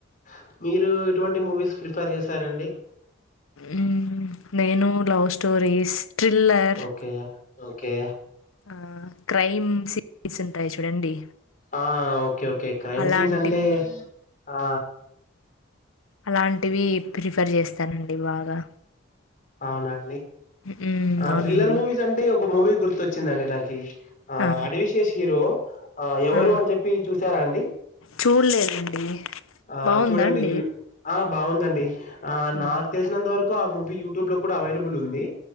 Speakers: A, on the left (about 40°); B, on the left (about 80°).
A: హ్ మీరు ఎటువంటి మూవీస్ ప్రిఫర్ చేస్తారండి.
B: ఉమ్ నేను love stories thriller.
A: Okay okay
B: ఆ క్రైమ్ సీరీస్ ఉంటాయి చూడండి
A: ఆ ఓకే ఓకే క్రైమ్
B: అలాంటివి,
A: సీన్స్ అంటే ఆ
B: అలాంటివి ప్రిఫర్ జేస్తానండి బాగా.
A: అవునాండి
B: హ్మ్.
A: ఆహ్
B: అవునండి.
A: థ్రిల్లర్ మూవీస్ అంటే ఒక మూవీ గుర్తొచ్చిందండి నాకి. ఆహ్
B: ఆ!
A: అడివిశేష్ హీరో ఆహ్ ఎవరు
B: ఆ!
A: అని చెప్పి చూసారా అండి.
B: చూడలేదండి.
A: ఆ
B: బావుందా
A: చూడండి
B: అండి?
A: ఆ బాగుందన్ ఆ
B: హ్మ్.
A: నాక్ తెలిసినంత వరకు ఆ మూవీ యూట్యూబ్ లో కూడా అవైలబుల్ ఉంది